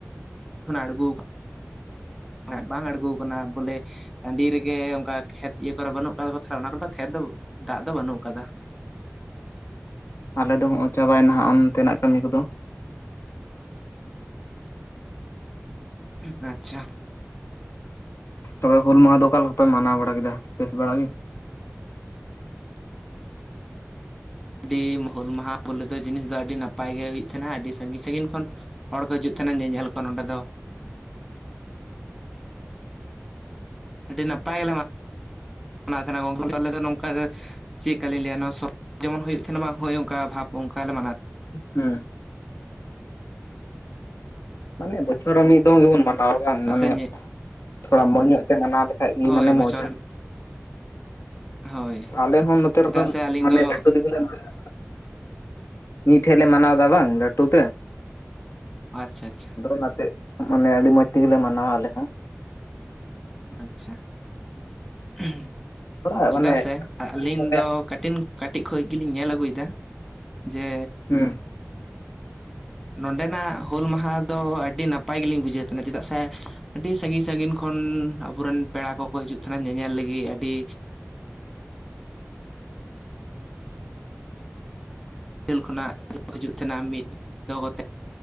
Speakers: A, in the centre; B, on the left (about 60°).
A: ᱠᱷᱚᱱᱟᱜ ᱟᱲᱜᱳᱣ <unintelligible> ᱵᱟᱝ ᱟᱲᱜᱳᱣ ᱠᱟᱱᱟ ᱵᱚᱞᱮ ᱴᱟᱺᱰᱤ ᱨᱮᱜᱮ ᱚᱝᱠᱟ ᱠᱷᱮᱛ ᱤᱭᱟᱹ ᱠᱚᱨᱮ ᱵᱟᱹᱱᱩᱜ ᱠᱟᱫᱟ ᱠᱚ ᱛᱟᱞᱦᱮ ᱚᱱᱟ ᱠᱚᱨᱮ ᱫᱚ ᱠᱷᱮᱛ ᱫᱚ ᱫᱟᱜ ᱫᱚ ᱵᱟᱹᱱᱩᱜ ᱠᱟᱫᱟ ᱾
B: <inaudible> ᱟᱞᱮ ᱫᱚ ᱦᱚᱜ-ᱚᱭ ᱪᱟᱵᱟᱭ ᱮᱱᱟ ᱦᱟᱸᱜ ᱚᱱᱛᱮ ᱱᱟᱜ ᱠᱟᱹᱢᱤ ᱠᱚᱫᱚ ᱾
A: ᱟᱪᱪᱷᱟ ᱾
B: ᱛᱚᱵᱮ ᱦᱩᱞ ᱢᱟᱦᱟ ᱫᱚ ᱚᱠᱟ ᱞᱮᱠᱟ ᱯᱮ ᱢᱟᱱᱟᱣ ᱵᱟᱲᱟ ᱠᱮᱫᱟ ᱵᱮᱥ ᱵᱟᱲᱟ ᱜᱤ?
A: ᱟᱹᱰᱤ ᱦᱩᱞᱢᱟᱦᱟᱸ ᱵᱚᱞᱮ ᱫᱚ ᱡᱤᱱᱤᱥ ᱫᱚ ᱟᱹᱰᱤ ᱱᱟᱯᱟᱭ ᱜᱮ ᱦᱩᱭᱩᱜ ᱛᱟᱦᱮᱸᱱᱟ ᱟᱹᱰᱤ ᱥᱟᱸᱜᱤᱧ ᱥᱟᱸᱜᱤᱧ ᱠᱷᱚᱱ ᱦᱚᱲ ᱠᱚ ᱦᱤᱡᱩᱜ ᱛᱟᱦᱮᱱᱟ ᱧᱮᱧᱮᱞ ᱠᱚ ᱱᱚᱸᱰᱮ ᱫᱚ᱾
B: <inaudible>
A: ᱟᱹᱰᱤ ᱱᱟᱯᱟᱭ ᱜᱮᱞᱮ ᱢᱟ <inaudible> ᱱᱟᱣ ᱛᱟᱦᱮᱸᱱᱟ ᱜᱚᱝᱠᱮ ᱟᱞᱮ ᱫᱚ ᱱᱚᱝᱠᱟᱱ ᱜᱮ ᱪᱮᱜ ᱠᱟᱞᱤᱧ ᱞᱟᱹᱭᱟ ᱱᱚᱣᱟ ᱥᱚᱨ ᱡᱮᱢᱚᱱ ᱦᱩᱭᱩᱜ ᱛᱟᱦᱮᱱᱟ ᱵᱟᱝ ᱦᱳᱭ ᱚᱝᱠᱟ ᱵᱷᱟᱵᱽ ᱚᱝᱠᱟ ᱞᱮ ᱢᱟᱱᱟᱣ
B: ᱦᱩᱸ ᱾ ᱢᱟᱱᱮ ᱵᱚᱪᱷᱚᱨ ᱨᱮ ᱢᱤᱫ ᱫᱚᱢ ᱜᱮᱵᱚᱱ ᱢᱟᱱ ᱟᱣᱟ ᱵᱟᱝ
A: ᱪᱮᱫᱟᱜ
B: ᱢᱟᱱᱮ
A: ᱥᱮ
B: <inaudible> ᱛᱷᱚᱲᱟ ᱢᱚᱸᱡᱽ ᱧᱚᱸᱜ ᱛᱮ ᱢᱟᱱᱟᱣ ᱞᱮᱠᱷᱟᱡ ᱜᱮ
A: ᱦᱳᱭ
B: ᱢᱟᱱᱮ
A: ᱵᱚᱪᱷᱚᱨ
B: ᱢᱚᱸᱡᱽᱟ ᱾ <inaudible>
A: ᱦᱳᱭ
B: ᱟᱞᱮ ᱦᱚᱸ ᱱᱚᱛᱮ
A: ᱪᱮᱫᱟᱜ
B: ᱨᱮᱫᱚ
A: ᱥᱮ ᱟᱹᱞᱤᱧ
B: ᱢᱟᱱᱮ
A: ᱫᱚ
B: <unintelligible> <inaudible> ᱢᱤᱫ ᱴᱷᱮᱜ ᱞᱮ ᱢᱟᱱᱟᱣ ᱮᱫᱟ ᱵᱟᱝ ᱞᱟᱹᱴᱩ ᱛᱮ ᱾
A: ᱟᱪᱪᱷᱟ ᱟᱪᱪᱷᱟ᱾
B: ᱟᱫᱚ ᱚᱱᱟᱛᱮ ᱢᱟᱱᱮ ᱟᱹᱰᱤ ᱢᱚᱸᱡᱽ ᱛᱮᱜᱮ ᱞᱮ ᱢᱟᱱᱟᱣᱟ ᱟᱞᱮ ᱦᱚᱸ᱾
A: ᱟᱪᱪᱷᱟ ᱾
B: ᱛᱷᱚᱲᱟ
A: <inaudible> ᱪᱮᱫᱟᱜ
B: ᱢᱟᱱᱮ
A: ᱥᱮ ᱟᱹᱞᱤᱧ
B: ᱦᱩᱸ
A: ᱫᱚ ᱠᱟᱴᱤᱱ ᱠᱟᱹᱴᱤᱡ ᱠᱷᱚᱱ ᱜᱮᱞᱤᱧ ᱧᱮᱞ ᱟᱹᱜᱩᱭᱮᱫᱟ <inaudible> ᱡᱮ
B: ᱦᱮᱸ ᱾ <inaudible>
A: ᱱᱚᱰᱮᱱᱟᱜ ᱦᱩᱞ ᱢᱟᱦᱟ ᱫᱚ ᱟᱹᱰᱤ ᱱᱟᱯᱟᱭ ᱜᱮᱞᱤᱧ ᱵᱩᱡᱷᱟᱹᱣ ᱛᱟᱦᱮᱱᱟ ᱪᱮᱫᱟᱜ ᱥᱮ ᱟᱹᱰᱤ ᱥᱟᱺᱜᱤᱧ ᱥᱟᱺᱜᱤᱧ ᱠᱷᱚᱱ ᱟᱵᱚᱨᱮᱱ ᱯᱮᱲᱟ ᱠᱚᱠᱚ ᱦᱤᱡᱩᱜ ᱛᱟᱦᱮᱱᱟ ᱧᱮᱧᱮᱞ ᱞᱟᱹᱜᱤᱫ ᱟᱹᱰᱤ ᱡᱷᱟᱞ ᱠᱷᱚᱱᱟᱜ ᱦᱤᱡᱩᱜ ᱛᱟᱦᱮᱱᱟ ᱢᱤᱫ ᱫᱚ ᱠᱚᱛᱮ